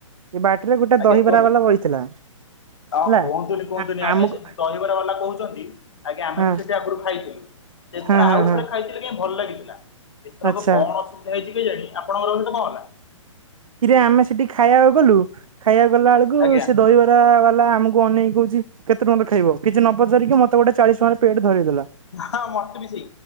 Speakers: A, on the right (about 85°); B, on the left (about 55°).
A: ଇ ବାଟରେ ଗୋଟେ
B: ଆଜ୍ଞା
A: ଦହିବରା
B: କୁହନ୍ତୁ
A: ବାଲା ବଇଥିଲା।
B: ହଁ
A: ହେଲା।
B: କୁହନ୍ତୁନି କୁହନ୍ତୁନି
A: ଆ
B: ଆଜ୍ଞା
A: ଆମକୁ
B: ସେ ଦହିବରା ବାଲା କହୁଛନ୍ତି ଆଜ୍ଞା ଆମେ
A: ହଁ
B: ବି ସେଠି ଆଗରୁ ଖାଇଥିଲୁ ସେଥିରେ
A: ହଁ ହଁ
B: ଆଉ
A: ହଁ
B: ଥରେ ଖାଇଥିଲେ କାଇଁ ଭଲ ଲାଗିଥିଲା। ଏଥରକ
A: ଆଚ୍ଛା
B: କଣ ଅସୁବିଧା ହେଇଛି କେଜାଣି, ଆପଣଙ୍କରହିତ କଣ ହେଲା
A: କିରେ ଆମେ ସେଠି ଖାଇବାକୁ ଗଲୁ ଖାଇବାକୁ ଗଲା ବେଳକୁ
B: ଆଜ୍ଞା
A: ସେ ଦହିବ ବାଲା ଆମକୁ ଅନେଇକ କହୁଛି କେତେ ଟଙ୍କାରେ ଖାଇବ କିଛି ନ ପଚାରିକି ମତେ ଗୋଟେ ଚାଳିଶ ଟଙ୍କାରେ ପେଟ୍ ଧରେଇ ଦେଲା।
B: ହଁ ମୋତେ ବି ସେଇ